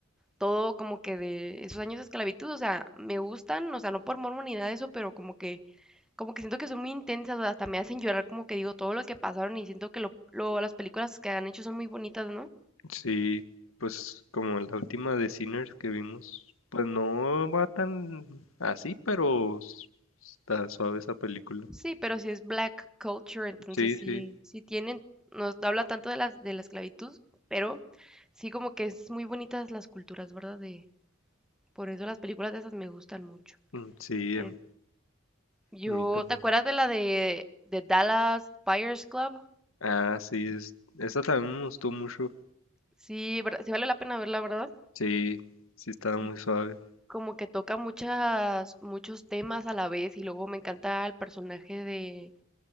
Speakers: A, in the centre; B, on the left.
A: todo como que de esos años de esclavitud, o sea, me gustan, o sea, no por morbo ni nada de eso, pero como que, como que siento que son muy intensas, o sea, hasta me hacen llorar, como que digo, todo lo que pasaron y siento que lo, lo- las películas que han hecho son muy bonitas, ¿no?
B: Sí, pues como la última de Sinners que vimos, pues no va tan así, pero s- está suave esa película.
A: Sí, pero si es black culture, entonces
B: Sí,
A: sí,
B: sí.
A: sí tienen, no habla tanto de la, de la esclavitud, pero sí como que es muy bonitas las culturas, ¿verdad? De, por eso las películas de esas me gustan mucho.
B: Mm, Sí,
A: Eh,
B: a m-
A: yo,
B: a mí también.
A: ¿te acuerdas de la de, de Dallas Buyers Club?
B: Ah, sí, es, esa también me gustó mucho.
A: Sí, ver- sí vale la pena verla, ¿verdad?
B: Sí, sí estaba
A: Sí,
B: muy suave.
A: como que toca muchas, muchos temas a la vez y luego me encanta el personaje de,